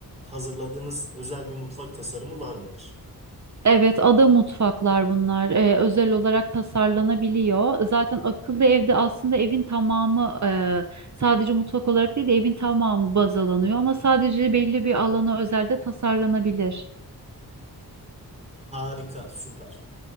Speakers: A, on the right; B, on the right.
A: hazırladığınız özel bir mutfak tasarımı var mıdır?
B: Evet, ada mutfaklar bunlar. Ee, özel olarak tasarlanabiliyor. Zaten akıllı evde aslında evin tamamı e, sadece mutfak olarak değil de evin tamamı baz alınıyor ama sadece belli bir alana özel de tasarlanabilir.
A: Harika, süper.